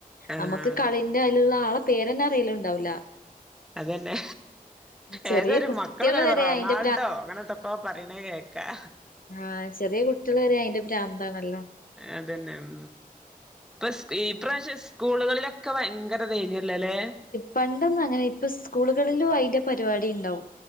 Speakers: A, in the centre; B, on the left.
A: ആഹ്
B: നമ്മക്ക് കളിന്റെ അയ്ല്ള്ള ആളെ പേരെന്നെ അറിയില്ണ്ടാവൂല
A: അതെന്നെ
B: ചെറിയ
A: ഏതൊരു
B: കുട്ടികള്
A: മക്കൾങ്ങനെ
B: വരെ
A: പറ റൊണാൾഡോ
B: അയിന്റെ
A: അങ്ങനെന്തൊക്കെ പറയ്ണ കേക്കാ
B: ആ ചെറിയ കുട്ട്യാള് വെരെ അയ്ന്റെ പ്രാന്താണല്ലോ
A: അതെന്നെ ഉം പ്പൊ ഈ പ്രാശ്യം സ്കൂളുകളിലൊക്കെ ഭയങ്കര <unintelligible> ലേ
B: പണ്ടൊന്നങ്ങനെ ഇപ്പ സ്കൂളുകളിലും അയ്ന്റെ പരിപാടി ണ്ടാവും